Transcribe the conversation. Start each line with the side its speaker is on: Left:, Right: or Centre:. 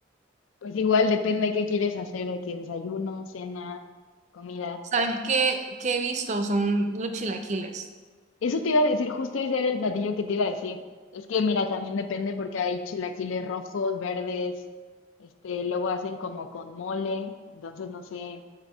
Left: Pues igual depende qué quieres hacer, de qué desayuno, cena, comida.
Right: ¿Sabes qué, qué he visto? Son los chilaquiles.
Left: Eso te iba a decir, justo ese era el platillo que te iba a decir. Es que mira, también depende porque hay chilaquiles rojos, verdes, este, luego hacen como con mole, entonces no sé